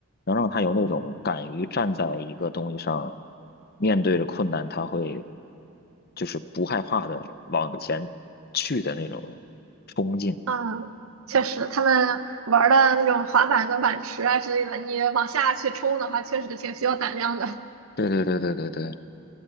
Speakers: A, on the left (about 45°); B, on the right (about 70°).
A: 能让他有那种敢于站在一个东西上，面对着困难，他会就是不害怕的往前去的那种冲劲。
B: 嗯，确实，他们玩儿的那种滑板的板池啊之类的，你往下去冲的话，确实挺需要胆量的。
A: 对对对对对对。